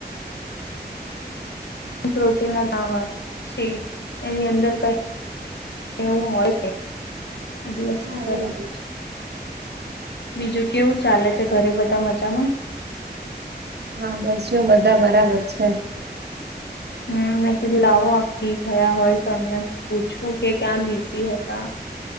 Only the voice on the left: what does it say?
ત્રોટી ના ના હોય સ એની અંદર કઈ એવું હોય છે એટલે
શું કરે
બીજું કેવું ચાલે છે ઘરે બધા મજામાં
હમ મે કિલ્લાઓ આી થયા હોય તો એમને પૂછવું કે ક્યાં બીજી હતા